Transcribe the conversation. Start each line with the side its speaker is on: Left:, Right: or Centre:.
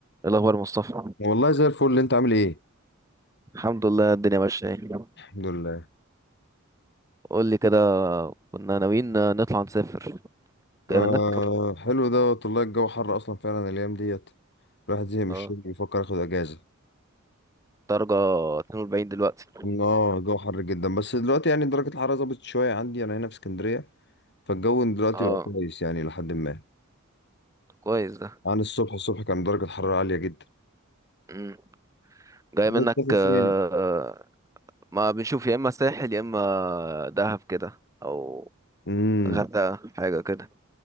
Right: إيه الأخبار يا مصطفى
Left: والله زي الفل اللي انت عامل ايه
Right: الحمد لله الدنيا ماشية اهي
Left: الحمد لله
Right: قول لي كده كنا ناويين نطلع نسافر
Left: آه
Right: جاي منك
Left: حلو دوت والله الجو حر اصلا فعلا الايام ديت الواحد زهق من الشغل
Right: اه
Left: بيفكر ياخد اجازه
Right: درجة 42 دلوقتي
Left: اه الجو حر جدا بس دلوقتي يعني درجه الحراره ظبطت شويه عندي انا هنا في اسكندريه فالجو دلوقتي
Right: اه
Left: بقى كويس يعني لحد ما
Right: كويس ده
Left: عن الصبح الصبح كان درجه الحراره عاليه جدا
Right: مم. جاي
Left: ده
Right: منك
Left: تسافر
Right: آه،
Left: فين
Right: آه، ما بنشوف يا اما ساحل يا اما دهب كده او
Left: امم
Right: غردقة حاجة كده